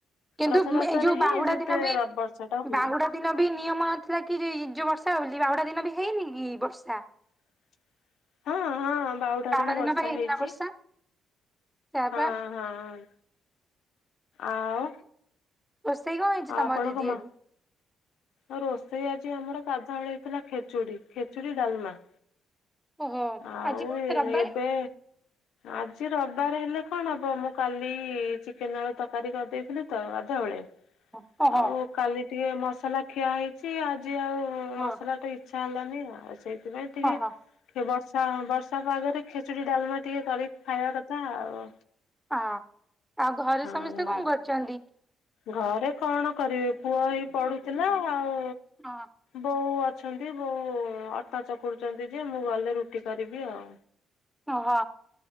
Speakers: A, in the centre; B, on the left.
A: କିନ୍ତୁ
B: ରଥଯାତ୍ରାରେ
A: ଏଇ ଯୋଉ
B: ହିଁ
A: ବାହୁଡା
B: ଯେତେ
A: ଦିନ ବି
B: ର ବର୍ଷା ଟା
A: ବାହୁଡା
B: ହୁଏ।
A: ଦିନ ବି ନିୟମ ନଥିଲା କି ଯେ ଯୋଉ ବର୍ଷା ହେଉଚି ବାହୁଡା ଦିନ ବି ହେଇନି କି ବର୍ଷା।
B: <inaudible> ହଁ ହଁ ବାହୁଡାରେ
A: ବାହୁଡା
B: ବି ବର୍ଷା
A: ଦିନ ବା ହେଇଥିଲା
B: ହେଇଛି।
A: ବର୍ଷା ସେୟା
B: ହଁ
A: ପା
B: ହଁ ଆଉ
A: ରୋଷେଇ କଣ ହେଇଚି
B: ଆପଣଙ୍କ
A: ତମର ଦିଦି
B: ମା
A: ଆଜି
B: ଆଉ ରୋଷେଇ ଆଜି ଆମର ଗାଧୁଆବେଳେ ହେଇଥିଲା ଖେଚୁଡି ଖେଚୁଡି ଡାଲମା।
A: ଓହୋ
B: ଆଉ
A: ଆଜି ପା
B: ଏ
A: ରବିବାରେ
B: ଏବେ। ଆଜି ରବିବାର ହେଲେ କଣ ହବ? ମୁଁ କାଲି ଚିକେନ ଆଳୁ ତରକାରୀ କରିଦେଇଥିଲି ତ ଗଧୁଆବେଳେ।
A: ଓହୋ
B: ଆଉ କାଲି ଟିକେ ମସଲା ଖିଆ ହେଇଚି। ଆଜି ଆଉ
A: ହଁ
B: ମସଲା ଟେ ଇଛା ହେଲାନି ଆଉ ସେଇଥିପାଇଁ ଟିକେ
A: ହଁ ହଁ।
B: ବର୍ଷା ବର୍ଷା ପାଗରେ ଖେଚୁଡି ଡାଲମା ଟିକେ କରିିକି ଖାଇବା କଥା ଥା ଆଉ।
A: ଓ ଆଉ ଘରେ
B: ହଁ
A: ସମସ୍ତେ କଣ କରୁଛନ୍ତି?
B: ଘରେ କଣ କରିବେ ପୁଅ ଏଇ ପଢୁଥିଲା ଆଉ
A: ହଁ
B: ବୋଉ ଅଛନ୍ତି। ବୋଉ ଅଟା ଚକୁଡୁଚନ୍ତି ଯେ ମୁଁ ଗଲେ ରୁଟି କରିବି ଆଉ।
A: ଓ ହୋ